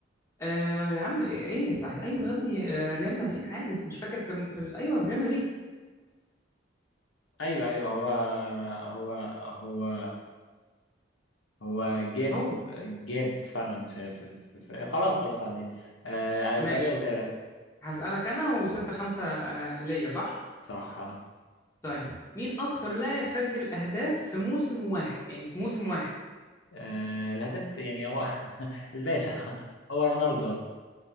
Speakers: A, on the left (about 15°); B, on the left (about 85°).
A: آه يا عم ايه ايوه يا ابني آه ريال مدريد عادي مش فاكر في, في ال- ايوه ريال مدريد
B: ايوه ايوه هو هو هو هو جاب
A: هو
B: جاب فعلا في, في, في, في خلاص خلاص عندي آه،
A: ماشي
B: سؤالي ولا سؤالك
A: هسألك انا وستة خمسة آه ليا صح؟
B: صح
A: طيب مين اكتر لاعب سجل اهداف في موسم واحد يعني في موسم واحد
B: آه الهداف يعني هو <laughs> الباشا هو رونالدو اه